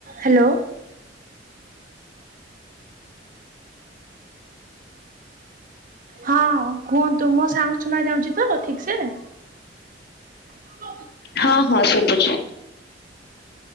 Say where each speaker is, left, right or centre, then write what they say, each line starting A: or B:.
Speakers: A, on the right; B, on the left.
A: Hello. ହଁ କୁହନ୍ତୁ ମୋ ସାଉଣ୍ଡ୍ ଶୁଣା ଯାଉଛି ତ ଠିକ୍ ସେ? <unintelligible>
B: ହଁ ହଁ ଶୁଭୁଛି